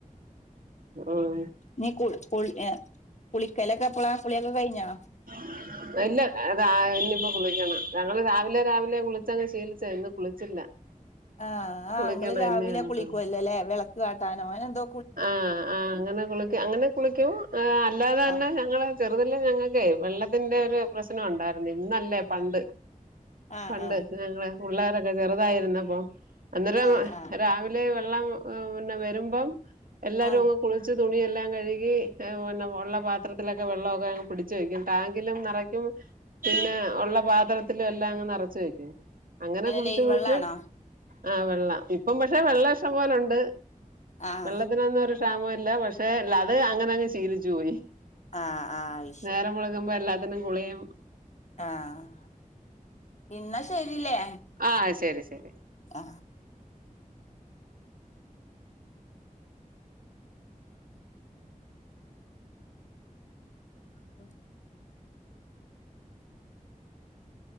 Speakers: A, on the right (about 85°); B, on the left (about 55°).
A: ഉം
B: നീ കുൾ കുളി ഏഹ് കുളിക്കലൊക്കെ എപ്പളാ കുളിയൊക്കെ കഴിഞ്ഞോ?
A: <inaudible> ഇല്ല അതാ ഇനിയിപ്പോ കുളിക്കണം ഞങ്ങള് രാവിലെ രാവിലെ കുളിച്ചങ്ങ് ശീലിച്ചതാ ഇന്ന് കുളിച്ചില്ല. <inaudible>
B: ആഹ്
A: കുളിക്കണം
B: ആഹ് ങ്ങള് രാവിലെ
A: എന്നെ അങ്ങോട്ട്
B: കുളിക്കുവല്ലൊല്ലേ വിളക്ക് കാട്ടാനോ അങ്ങനെന്തോ
A: ആഹ് ആഹ് അങ്ങനെ കുള്ക്കി അങ്ങന കുളിക്കും ഏഹ് അല്ലാതെ തന്നെ
B: ആഹ്
A: ഞങ്ങള് ചെറുതിലേ ഞങ്ങക്കെ വെള്ളത്തിന്റെ ഒരു പ്രശ്‌- നം <unintelligible> ഒണ്ടാരുന്ന് ഇന്നല്ലേ പണ്ട്
B: ആഹ്
A: പണ്ട്
B: ആഹ്
A: ഞങ്ങള് പിള്ളേരൊക്കെ ചെറുതായിരുന്നപ്പോ അന്നേരം
B: ആഹ് ആഹ്
A: രാവി- ലെ വെള്ളം പിന്നെ വെരുമ്പം എല്ലാരും
B: ആഹ്
A: അങ്ങ് കുളിച്ച് തുണിയെല്ലാം കഴുകി ഏഹ് പിന്നെ ഉള്ള പാത്രത്തിലൊക്കെ വെള്ളമൊക്കെ അങ്ങ് പിടിച്ച് വയ്ക്കും ടാങ്കിലും നെറക്കും പിന്നെ ഒള്ള പാത്രത്തിലും എല്ലാം അങ്ങ് നിറച്ച് വെക്കും അങ്ങനെ കുളിച്ച്
B: ലൈൻ
A: കുളിച്ച്
B: വെള്ളാണോ
A: ആഹ് വെള്ള ഇപ്പം പക്ഷെ വെള്ളം ഇഷ്ട്ടം പോലുണ്ട്
B: ആഹ്
A: വെള്ളത്തിനൊന്നും ഒരു ക്ഷാമോ ഇല്ല പക്ഷെലത് അങ്ങനെ അങ്ങ് ശീലിച്ചു പോയി.
B: ആഹ് ആഹ് അയ്ശരി
A: നേരം വെളുകുമ്പോ എല്ലാത്തിനും കുളിയും
B: ആഹ് ഇന്നാ ശെരില്ലേ
A: ആഹ് ശെരി ശെരി
B: ആ <inaudible>